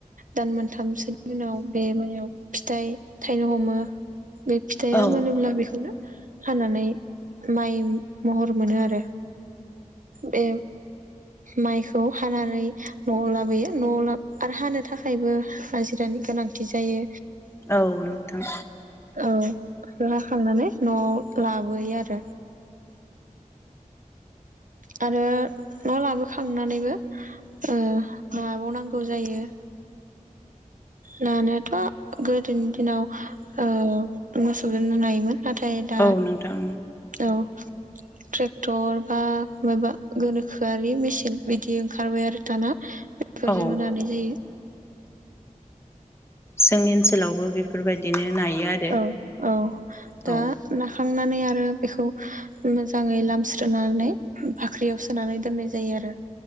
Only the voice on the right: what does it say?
दान मोनथामसोनि उनाव बे मायाव फिथाइ थायनो हमो। बे फिथाइआ
मोनोब्ला बेखौनो हानानै माइ महर मोनो आरो बे माइखौ हानानै न'आव लाबोयो न'आव ला आरो हानो थाखायबो हाजिरानि गोनांथि जायो।
औ रा खांनानै न'आव लाबोयो आरो आरो न' लाबोखांनानैबो ओ‌ नाबावनांगौ जायो नानायाथ' गोदोनि दिनाव ओ मोसौजोंनो नायोमोन। नाथाय दा
औ ट्रेक्टर बा माबा गोनोखोआरि मेसिन बिदि ओंखारबाय आरो दाना। बेफोरजोंनो
नानाय जायो। <inaudible>
औ औ दा
नाखांनानै आरो बेखौ मोजाङै लामस्रनानै बाख्रियाव सोनानै दोननाय जायो आरो